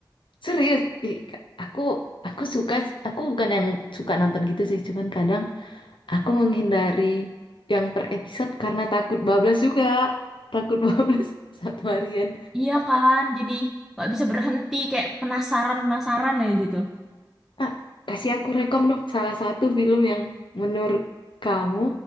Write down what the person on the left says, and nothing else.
Serius? Ih, aku aku suka aku bukan yang suka nonton gitu sih, cuman kadang Aku menghindari yang per episode karena takut bablas juga. Takut <laughs> bablas satu harian.
Ah, kasih aku rekom dong salah satu film yang menurut kamu,